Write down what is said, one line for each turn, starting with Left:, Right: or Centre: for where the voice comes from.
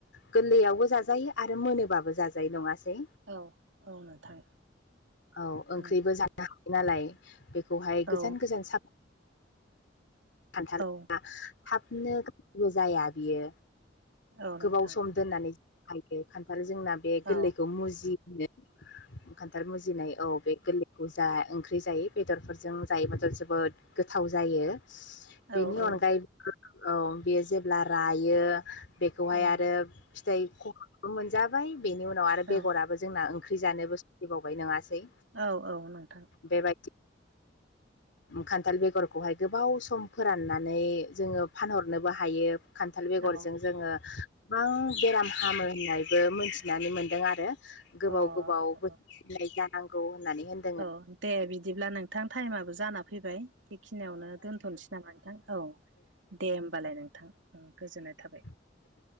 Left: गोरलैयावबो जाजायो आरो मोनोबाबो जाजायो नङासै?
Right: औ औ नोंथां
Left: औ ओंख्रिबो
Right: उम
Left: जानो हाग नालाय बेखौहाय
Right: औ
Left: गोजान गोजान साफा खान्थलाा
Right: औ
Left: हाबनो गलबो जाया बियो
Right: औ नोंथां
Left: गोबाव सम दोननानै ज हायो खान्थाल जोंना बे
Right: औ
Left: गोरलैखौ मुजि होनो खान्थाल मुजिनाय औ बे गोरलै औजा ओंख्रि जायो बेदरफोरजों जायोब्लाथ' जोबोद गोथाव जायो।
Right: औ
Left: बेनि
Right: औ
Left: अनगायै औ बेयो जेब्ला रायो बेखौहाय
Right: उम
Left: आरो फिै खमबो मोनजाबाय बेनि उनाव आरो
Right: औ
Left: बेगराबो जोंना ओंख्रि जानोबो सोलिबावबाय नङासै
Right: औ औ नोंथां।
Left: बेबायदि खान्थाल बेगरखौहाय गोबाव सम फोराननानै जोङो फानहरनोबो हायो। खान्थाल बेगरजों
Right: औ
Left: जोङो गोबां बेराम हामो होननायबो मोनथिनानै मोनदों आरो गोबाव
Right: अ औ
Left: गोबाव बोसोर
Right: औ
Left: नाय जानांगौ होननानै होन
Right: औ दे बिदिब्ला नोंथां टाइमाबबो जाना फैबाय बेखिनियावनो दोनथ'नोसै नामा नोंथां औ दे होमबालाय नोंथां गोजोननाय थाबाय।
Left: <inaudible>